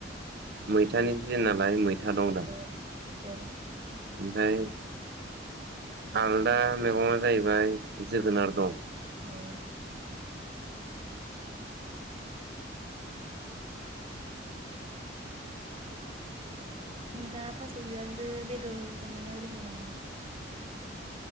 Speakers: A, on the right (about 55°); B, on the right (about 30°).
A: मैथानि सिजेननालाय मैथा दं दा।
B: औ औ
A: ओमफ्राय आलदा मैगंआ जाहैबाय जोगोनार दं।
B: औ नोंथाङा थास' बिबारजों बेदर संनो रोंगौ नामा?